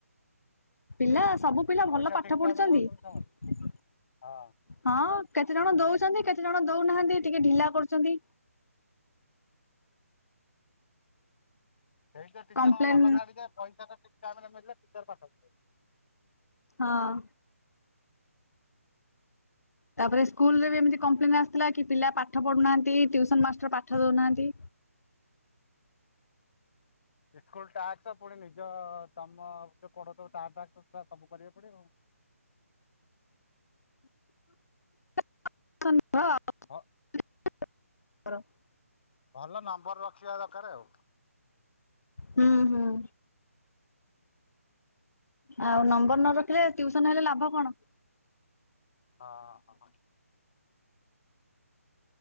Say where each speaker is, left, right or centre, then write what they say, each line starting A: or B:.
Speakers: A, on the left (about 80°); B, on the left (about 45°).
A: ପିଲା ସବୁ ପିଲା ଭଲ
B: ପଇସା
A: ପାଠ
B: ଠିକ ଟାଇମ
A: ପଢୁଛନ୍ତି।
B: ରେ ଦଉଛନ୍ତି ସେମାନେ ହଁ
A: ହଁ କେତେ ଜଣ ଦଉଛନ୍ତି କେତେ ଜଣ ଦଉନାହାନ୍ତି ଟିକେ ଢିଲା କରୁଛନ୍ତି।
B: ସେଇତ ଟିଚରଙ୍କ
A: କମ୍ପ୍ଲେନ
B: ମନ ଛାଡିଯାଏ ପଇସା ଟା ଠିକ ଟାଇମ ରେ ମିଳିଲେ ଟିଚର ପାଠ ପଢେଇବେ।
A: ହଁଅ। ତାପରେ ସ୍କୁଲ ରେ ବି ଏମିତି କମ୍ପ୍ଲେନ୍ ଆସିଥିଲା କି ପିଲା ପାଠ ପଢୁନାହାନ୍ତି ଟ୍ୟୁସନ ମାଷ୍ଟର ପାଠ ଦଉନାହାନ୍ତି।
B: ସ୍କୁଲ ଟାସ୍କ ପୁଣି ନିଜ ତମ ଯେ ପଢଉ ଥିବ ତା ଟାସ୍କ ତ ସବୁ କରିବାକୁ ପଡିବ ଆଉ।
A: <inaudible>
B: ଆଉ ଭଲ ନମ୍ବର ରଖିବା ଦରକାରେ ଆଉ।
A: ହୁଁ ହୁଁ। ଆଉ ନମ୍ବର ନ ରଖିଲେ ଟିୟୁସନ ହେଲେ ଲାଭ କଣ।
B: ହଁଅ ହଁ।